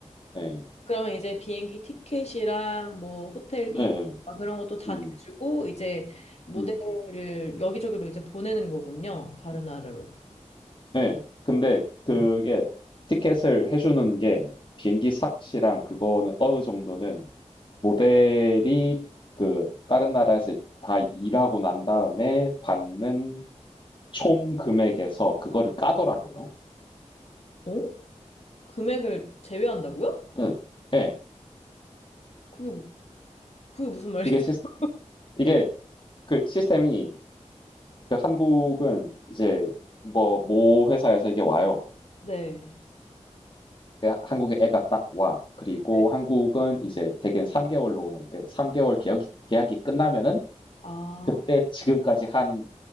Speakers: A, on the left; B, on the left.
A: 예.
B: 그러면 이제 비행기 티켓이랑 뭐 호텔비
A: 예.
B: 막 그런 것도 다
A: 음.
B: 대주고 이제 모델을
A: 음.
B: 여기저기로 이제 보내는 거군요. 다른 나라로.
A: 예. 근데 그게 티켓을 해주는 게 비행기 삭시랑 그거는 어느 정도는 모델이 그 다른 나라에서 다 일하고 난 다음에 받는 총 금액에서 그거를 까더라고요.
B: 어? 금액을 제외한다고요?
A: 응. 예.
B: 그게 그게 무슨 말이에요?
A: 이게 시스,
B: <laughs>
A: 이게 그 시스템이 그 한국은 이제 뭐 모 회사에서 이게 와요.
B: 네.
A: 그 하- 한국에 애가 딱 와. 그리고
B: 네.
A: 한국은 이제 대개는 3개월로 오는데 3개월 계약이, 계약이 끝나면은
B: 아,
A: 그때 지금까지 한